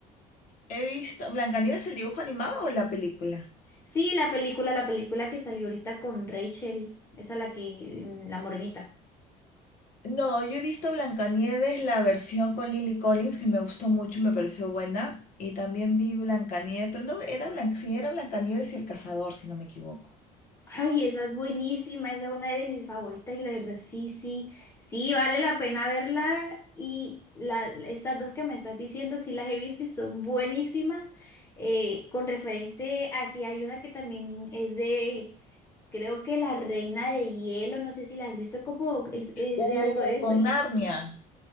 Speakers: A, on the left; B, on the left.
A: He visto... ¿Blancanieves el dibujo animado o la película?
B: Sí, la película, la película que salió ahorita con Rachel, esa la que, la morenita.
A: No, yo he visto Blancanieves, la versión con Lily Collins, que me gustó mucho, me pareció buena. Y también vi Blancanieves, pero no, era Blanc... sí, era Blancanieves y el cazador, si no me equivoco.
B: Ay, esa es buenísima, esa es una de mis favoritas y la verdad, sí, sí, sí, vale la pena verla y la, estas dos que me estás diciendo, sí las he visto y son buenísimas. Eh, con referente a, sí, hay una que también es de, creo que La Reina de Hielo, no sé si la has visto, como es, es
A: Uh,
B: de algo de eso
A: con
B: y
A: Narnia.